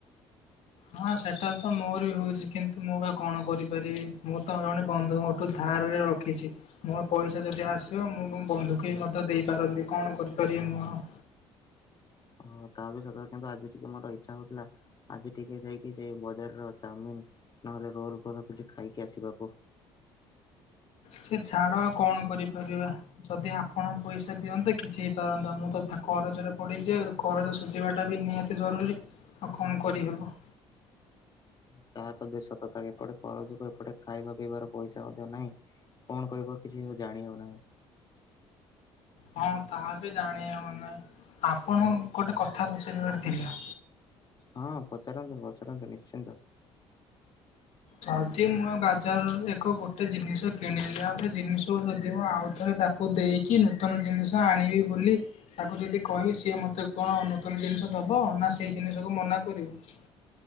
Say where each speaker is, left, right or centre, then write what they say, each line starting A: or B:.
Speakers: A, on the left; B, on the left.
A: ହଁ ସେଟା ତ ମୋର ବି ହଉଛି । କିନ୍ତୁ ମୁଁ ବା କଣ କରିପାରିବି? ମୁଁ ତ ଜଣେ ବନ୍ଧୁ ମୋଠୁ ଧାର ରଖିଛି ମୋ ପଇସା ଯଦି ଆସିବ ମୁଁ ବନ୍ଧୁକୁ ମଧ୍ୟ ଦେଇପାରନ୍ତି। କଣ କରିପାରିବି ମୁଁ ଆଉ?
B: <unintelligible> ଓ ତା ବି ସତ। କିନ୍ତୁ ଆଜି ଟିକେ ମୋର ଇଚ୍ଛା ହଉଥିଲା ଆଜି ଟିକେ ଯାଇକି ସେ ବଜାର ର ଚାଉମିନ ନହେଲେ ରୋଲ ଫଲ କିଛି ଖାଇକି ଆସିବାକୁ।
A: ସେ ଛାଡ କଣ କରିପାରିବା? ଯଦି ଆପଣ ପଇସା ଦିଅନ୍ତେ କିଛି ହେଇ ପାରନ୍ତା। ମୁଁ ତ କରଜରେ ପଡିଛି କରଜ ସୁଝିବାଟା ବି ନିହାତି ଜରୁରୀ ଆଉ କଣ କରିହେବ?
B: <unintelligible> ତାହା ତ ବି ସତତା ଏପଟେ କର ଯୋଗୁ ଏପଟେ ଖାଇବା ପିଇବାର ପଇସା ମଧ୍ୟ ନାହିଁ କଣ କହିବ କିଛି ଜାଣି ହବ ନାହିଁ!
A: ହଁ ତାହା ବି ଜାଣିହବ ନାହିଁ। ଆପଣ ଗୋଟେ କଥା ପଚାରିବାର ଥିଲା।
B: ହଁ ପଚାରନ୍ତୁ, ପଚାରନ୍ତୁ ନିଶ୍ଚିନ୍ତ।
A: ଯଦି ମୁଁ ବାଜାରରୁ ଏକ ଗୋଟେ ଜିନିଷ କିଣିଲି ଆଉ ସେ ଜିନିଷକୁ ଯଦି ମୁଁ ଆଉ ଥରେ ତାକୁ ଦେଇକି ନୂତନ ଜିନିଷ ଆଣିବି ବୋଲି ତାକୁ ଯଦି କହିବି ଯିଏ ମୋତେ କଣ ନୂତନ ଜିନିଷ ଦେବ। ନା ସେଇ ଜିନିଷକୁ ମନା କରିବୁ?